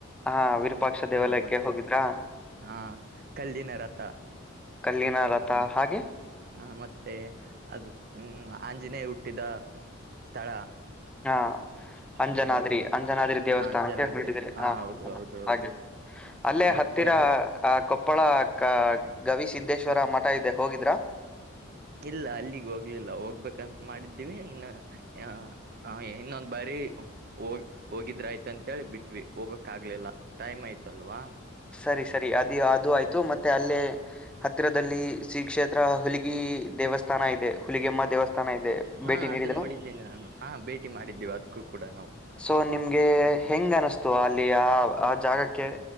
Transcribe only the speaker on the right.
ಹಾ ಮತ್ತೆ
ಹಾ ಕಲ್ಲಿನ ರಥ
ಹಾ
ಹ ಮತ್ತೆ ಅದು ಹ್ಮ ಊ ಹಾ ಆಂಜನೇಯ ಹುಟ್ಟಿದ ಸ್ಥಳ
ಹ್ಮ್ ಹ್ಮ್
ಅಂಜನಾದ್ರಿ
ಹಾ
ಹೌದು ಹೌದು ಹೌದು
ಮತ್ತೆ
ಇಲ್ಲ ಅಲ್ಲಿಗ್ ಹೋಗ್ಲಿಲ್ಲ ಹೋಗ್ಬೇಕಂತ ಮಾಡಿದ್ದೀವಿ ಇನ್ನು ಏನೋ ಹ ಇನ್ನೊಂದ್ ಬಾರಿ ಹೋಗ ಹೋಗಿದ್ರ ಆಯ್ತ ಅಂತೇಳಿ ಬಿಟ್ವಿ ಹೋಗಕ್ ಆಗ್ಲಿಲ್ಲ ಟೈಮ್ ಆಯ್ತಲ್ವಾ
ಹಾ
ಅದು
ನೋಡಿದ್ದೇನೆಿ ನಾನು ಹಾ ಭೇಟಿ ಮಾಡಿದ್ದೇವ ಅದ್ಕ್ಕೂ ಕೂಡ ನಾವು